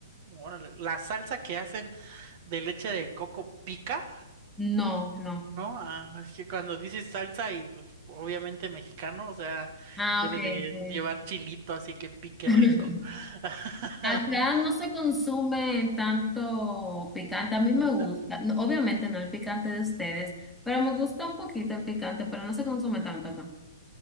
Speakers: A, on the right (about 45°); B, in the centre.
A: Órale, la salsa que hacen de leche de coco pica,
B: No, no.
A: ¿no? Ah, es que cuando dices salsa y pues obviamente mexicano, o sea,
B: Ah,
A: debe
B: ok,
A: de
B: sí.
A: llevar chilito, así que pique
B: <laughs>
A: rico. <laughs>
B: Acá no se consume tanto picante, a mí me
A: Entonces,
B: gusta, no, obviamente no el picante de ustedes, pero me gusta un poquito el picante, pero no se consume tanto